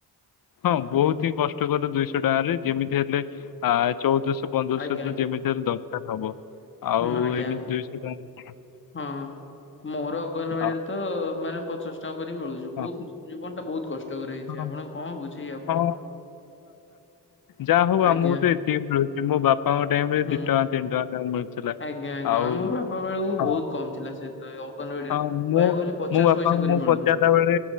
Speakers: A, on the left; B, on the left.
A: ହଁ ବହୁତ ହିଁ କଷ୍ଟକର ଦୁଇଶହ ଟଙ୍କାରେ ଯେମିତି ହେଲେ ଆ ଚଉଦଶହ ପନ୍ଦରଶହ
B: ଆଜ୍ଞା ଆଜ୍ଞା
A: ତ ଯେମିତି ହେଲେ ଦରକାର ହବ ଆଉ
B: ହୁଁ ଆଜ୍ଞା
A: ଏମିତି
B: ଆଜ୍ଞା
A: ଦୁଇଶହ ଟ
B: ହଁ ମୋର ଅଗନବାଡିରେ
A: ଆଉ
B: ତ ମାନେ ପଚାଶ ଟଙ୍କା କରି ମିଳୁଛି
A: ହଁ
B: ବହୁତ ଜୀବନଟା ବହୁତ କଷ୍ଟକର ହେଇଛି
A: ହଁ
B: ଆପଣ କଣ ବୁଝେଇ ଆଉ
A: ହଁ। ଯାହା ହଉ
B: ଆଜ୍ଞା
A: ଆମକୁ ତ ଏତିକି ମିଳୁଛି ମୋ ବାପାଙ୍କ ଟାଇମ
B: ହୁଁ।
A: ଦି ଟଙ୍କା ତିନି ଟଙ୍କା ତାଙ୍କୁ ମିଳୁଥିଲା।
B: ଆଜ୍ଞା ଆଜ୍ଞା
A: ଆଉ
B: ଆମ ବାପା ବେଳଙ୍କୁ
A: ହଁ
B: ବହୁତ କମ୍ ଥିଲା ସେ ଅଙ୍ଗନବାଡିରେ
A: ହଁ
B: କହିବାକୁ
A: ମୁଁ
B: ଗଲେ ପଚାଶ
A: ମୋ ବାପାଙ୍କୁ
B: ପଇସା କରି
A: ମୁଁ
B: ମିଳୁ
A: ପଚାରିଲା ବେଳେ